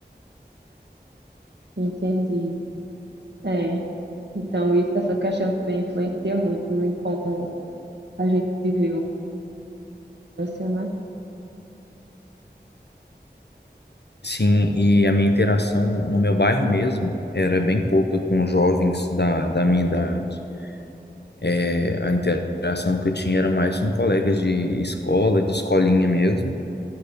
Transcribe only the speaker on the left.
Sim, e a minha interação no meu bairro mesmo era bem pouca com jovens da, da minha idade. É, a interação que eu tinha era mais com colegas de escola, de escolinha mesmo,